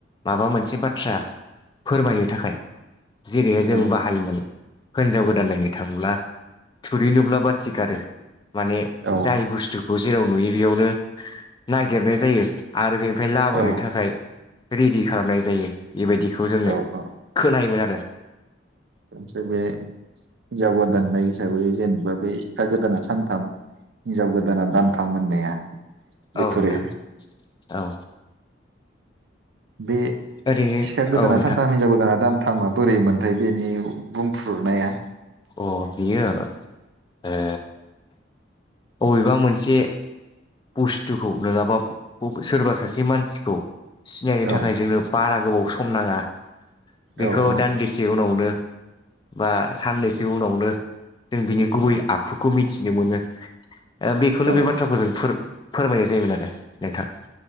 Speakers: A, on the left (about 25°); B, on the right (about 65°).
A: माबा मोनसे बाथ्रा फोरमायनो थाखाय। जेरैहाय जों
B: औ
A: बाहायमोन हिनजाव गोदान नायनो थांब्ला थुरि नुब्ला बाथि गारो। माने
B: औ
A: जाय बुस्थुखौ जेराव नुयो बेयावनो नागिरनाय जायो आरो बेफ फ्राय लाबोनो
B: औ
A: थाखाय। रिदि खालामनाय जायो बेबायदिखौ जोंङो
B: औ औ
A: खोनायोमोन आरो।
B: ओमफ्राय बे हिनजाव गोदान नाय हिसाबै जेनेबा बे सिखा गोदाना सानथाम हिनजाव गोदाना दानथाम होननाया। बेफोरो
A: औ नोंथां औ।
B: बे
A: ओरैनो
B: सिखा गोदाना
A: औ नोंथां
B: सानथाम हिनजाव गोदाना दानथाम बोरै मोनथाय बेनि बुंफ्रुरनाया
A: अ बियो ए अबेबा मोनसे बुस्थुखौ नंङाबा ब सोरबा सासे मानसिखौ सिनायनो थाखाय
B: औ
A: जोंङो बारा गोबाव सम नाङा बेखौ
B: औ औ
A: दान्दिसे उनावनो बा साननैसो उनावनो जों बिनि गुबै आखुखौ मिथिनो मोनो ओ बेखौनो
B: औ
A: बे बाथ्राफोरजों
B: औ
A: फोरोम फोरमायनाय जायोमोन आरो नोंथां